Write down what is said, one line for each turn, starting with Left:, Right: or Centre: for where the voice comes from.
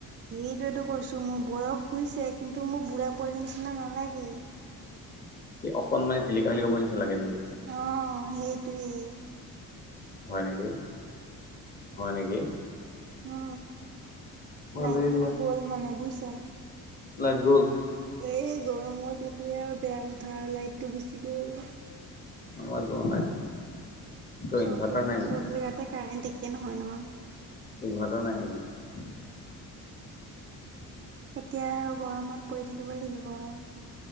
Right: সেইটোয়েতো কৈছো মোৰ বয়সই হৈছে কিন্তু মোৰ বুঢ়া পৰিল নিচিনা নালাগে
Left: কি অকনমানে িলিকা মেলিবাব নিচাগেকি
Right: অ সেইটোৱেই
Left: হয় নেকি হয় নেকি
Right: উ
Left: ভালেই
Right: লাইটটোও গ'ল মানে বুজিছা
Left: ল গল
Right: এই গৰমত এইটোৱে আৰু বেয়া কথা আৰু লাইটটো গুচি গ'ল
Left: আমাৰ যোৱা নাই কিয়
Right: চব
Left: ইনভাৰ্টাৰ
Right: জেগা
Left: নাই নেকি
Right: চব জেগাতে কাৰেণ্ট একে নহয় নহয়
Left: ইনভাৰটাৰ নাই নেকি
Right: এতিয়া আৰু গৰমত পৰি থাকিব লাগিব আৰু